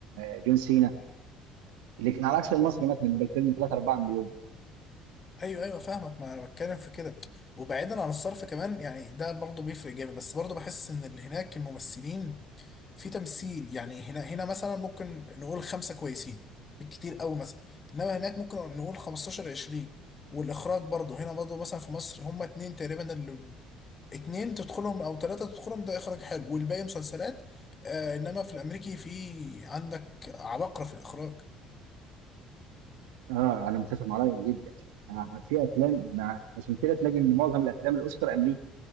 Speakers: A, on the right (about 75°); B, on the left (about 35°).
A: آه، جون سينا لكن على عكس المصري مثلا بيبقى الفيلم 3 4 مليون
B: ايوه ايوه فاهمك ما انا بتكلم في كده وبعيدا عن الصرف كمان يعني ده برضه بيفرق جامد بس برضه بحس ان اللي هناك الممثلين في تمثيل يعني هنا هنا مثلا ممكن نقول خمسه كويسين بالكتير قوي مثلا انما هناك ممكن نقول 15 20 والاخراج برضه هنا برضه مثلا في مصر هما اتنين تقريبا اللي اتنين تدخلهم او ثلاثه تدخلهم ده اخراج حلو والباقي مسلسلات آه انما في الامريكي في عندك عباقرة في الاخراج
A: اه انا متفق معاك جدا آه في افلام مع... عشان كده تلاقي ان معظم الافلام الاوسكار امريكي